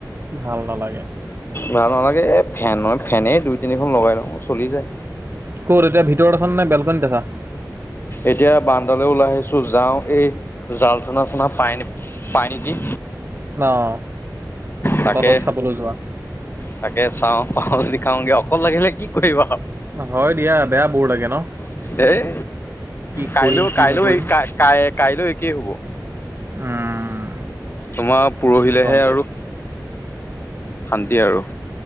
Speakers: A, on the right; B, on the left.
A: ভাল নালাগে।
B: ভাল নালাগে এই ফেনৰ ফেনেই দুই তিনিখন লগাই লওঁ চলি যায়।
A: ক'ত এতিয়া ভিতৰত আছা নে বেলকনিত আছা।
B: এতিয়া বাৰান্দালৈ ওলাই আহিছোঁ যাওঁ এই জাল চনা, চনা পাই নে। পাই নেকি।
A: অ',
B: তাকে
A: তলত চাবলৈ যোৱা।
B: তাকে চাওঁ পাওঁ যদি খাওঁগে অকল থাকিলে কি কৰিবা আৰু।
A: হয় দিয়া বেয়া ব'ৰ লাগে ন।
B: আৰু এই
A: কি
B: কাইলৈও,
A: কৰিম কি
B: কাইলৈও
A: নকৰিম
B: কাই কাইলৈ একেই হ'ব।
A: উম।
B: তোমাৰ পৰহিলেহে
A: গম পাইছো
B: আৰু শান্তি আৰু।